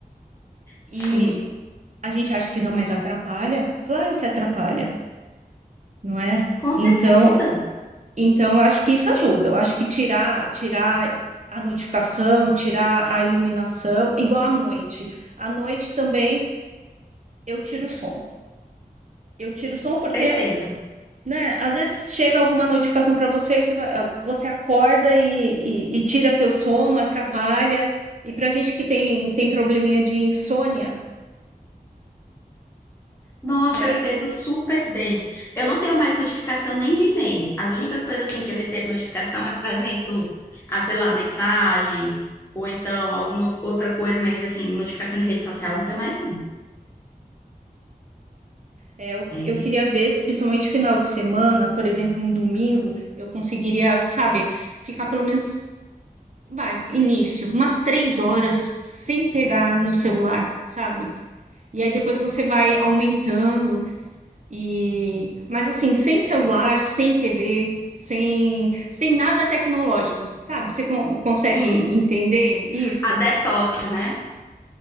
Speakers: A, on the right; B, on the left.
A: E
B: Sim,
A: a gente acha que não, mas atrapalha? Claro que atrapalha, não é?
B: com certeza.
A: Então, então eu acho que isso ajuda. Eu acho que tirar, tirar a notificação, tirar a iluminação, igual à noite. À noite também eu tiro o som. Eu tiro o som porque
B: Perfeito.
A: né? Às vezes chega alguma notificação para você, e você, vai- você acorda e, e, e tira teu sono, atrapalha. E para gente que tem, tem probleminha de insônia,
B: Nossa,
A: né?
B: eu entendo super bem. Eu não tenho mais notificação nem de e-mail. As únicas coisas assim que eu recebo notificação é, por exemplo, ah, sei lá, mensagem ou então alguma outra coisa, mas assim, notificação de rede social não tenho mais não.
A: É, eu,
B: É.
A: eu queria ver se, principalmente final de semana, por exemplo, um domingo, eu conseguiria, sabe, ficar pelo menos, vai, início, umas três horas sem pegar no celular, sabe? E aí depois você vai aumentando. E, mas assim, sem celular, sem TV, sem, sem nada tecnológico, sabe? Você con- consegue
B: Sim,
A: entender isso?
B: a detox, né?